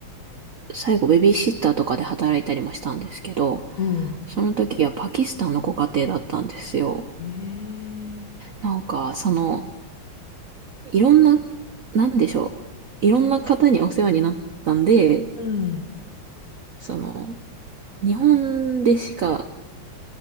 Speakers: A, on the right; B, on the left.
A: 最後ベビーシッターとかで働いたりもしたんですけど、
B: うん、
A: その時はパキスタンのご家庭だったんですよ。
B: ええ、
A: なんか、その、いろんな、なんでしょう。いろんな方にお世話になったんで、
B: うん、
A: その、日本でしか、